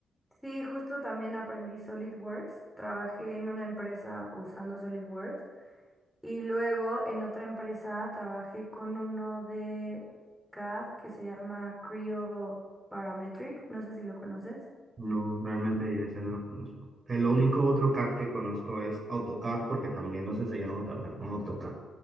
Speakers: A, in the centre; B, on the right (about 35°).
A: Sí, justo también aprendí SolidWorks. Trabajé en una empresa usando SolidWorks y luego en otra empresa trabajé con uno de CAD que se llama Creo Parametric. No sé si lo conoces.
B: No, realmente ya ese no lo conozco. El único otro CAD que conozco es AutoCAD porque también nos enseñaron a trabajar con AutoCAD.